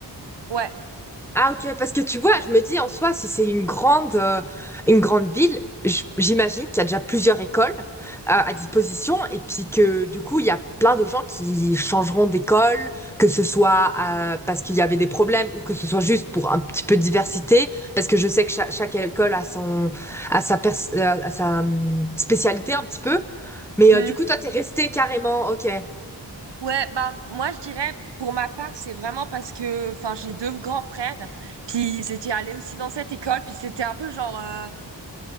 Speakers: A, on the right; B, in the centre.
A: Ouais.
B: Ah ok, parce que tu vois, je me dis en soi, si c'est une grande, euh, une grande ville, j- j'imagine qu'il y a déjà plusieurs écoles euh, à disposition et puis que du coup, il y a plein de gens qui changeront d'école, que ce soit euh, parce qu'il y avait des problèmes ou que ce soit juste pour un petit peu de diversité, parce que je sais que cha- chaque, école a son, a sa, pers- euh, a sa hum, spécialité un petit peu. Mais
A: Mhm.
B: euh, du coup, toi, t'es resté carrément, ok.
A: Ouais, ben moi je dirais pour ma part, c'est vraiment parce que enfin j'ai deux grands frères, puis ils étaient allés aussi dans cette école, puis c'était un peu genre euh,